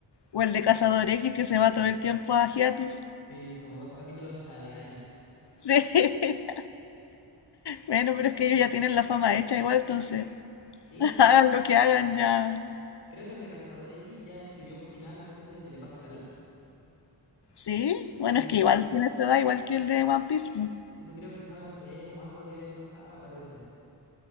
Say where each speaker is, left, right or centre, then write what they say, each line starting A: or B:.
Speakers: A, on the left; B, on the left.
A: O el de Cazador X que se va todo el tiempo a hiatus.
B: Sí, como dos capítulos cada diez años.
A: Sí, <laughs> bueno, pero es que ellos ya tienen la fama hecha igual, entonces
B: Sí,
A: <laughs> hagan lo que hagan ya.
B: creo que el de Cazador X ya escribió un final en caso de que le pase algo.
A: Sí, bueno,
B: Sí,
A: es que igual tiene su edad, igual que el de One Piece. pues.
B: sí, pues creo que estaba enfermo, algo le pasaba, parece.